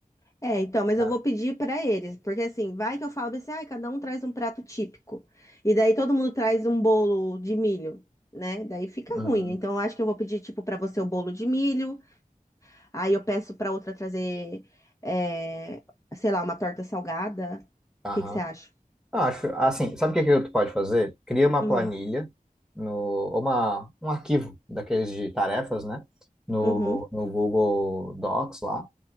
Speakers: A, on the left; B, in the centre.
A: É, então, mas
B: É.
A: eu vou pedir pra eles, porque assim, vai que eu falo assim, ah, cada um traz um prato típico. E daí todo mundo traz um bolo de milho, né? Daí fica
B: Uhum,
A: ruim. Então, eu acho que eu vou pedir, tipo, pra você o bolo de milho, aí eu peço pra outra trazer, é, sei lá, uma torta salgada.
B: aham.
A: O que que você acha?
B: Não, acho, assim, sabe o que que tu pode fazer? Cria uma
A: Hum.
B: planilha, no, uma, um arquivo daqueles de tarefas, né? No,
A: Uhum,
B: no Google Docs lá.